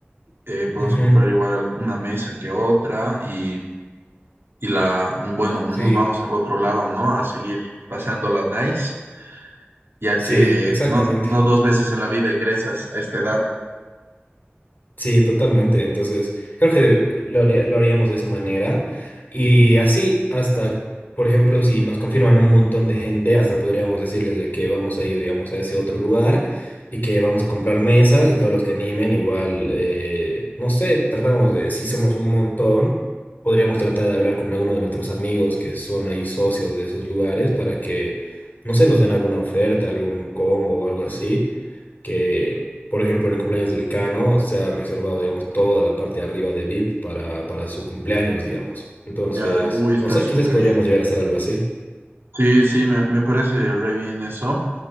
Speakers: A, on the right; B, on the left.
A: eh, podemos
B: ujú,
A: comprar igual algu- una mesa que otra y, y la, bueno,
B: sí,
A: nos vamos al otro lado, ¿no? A seguir pasando la nice. ya
B: sí,
A: que
B: exactamente.
A: no, no dos veces en la vida egresas a esta edad,
B: Sí, totalmente. Entonces, creo que lo haría- lo haríamos de esa manera. Y así, hasta, por ejemplo, si nos confirman un montón de gente, hasta podríamos decirles de que vamos a ir, digamos, a ese otro lugar y que vamos a comprar mesas y todos los que animen, igual, eh, no sé, tratamos de, si somos un montón, podríamos tratar de hablar con alguno de nuestros amigos que son ahí socios de esos lugares para que, no sé, nos den alguna oferta, algún combo o algo así que, por ejemplo, en el cumpleaños del Cano se ha reservado, digamos, toda la parte de arriba de VIP para, para su cumpleaños, digamos. Entonces,
A: ya, uy, está
B: no sé,
A: súper
B: quizás podríamos
A: bien.
B: llegar a hacer algo así.
A: Sí, sí, me, me parece re bien eso.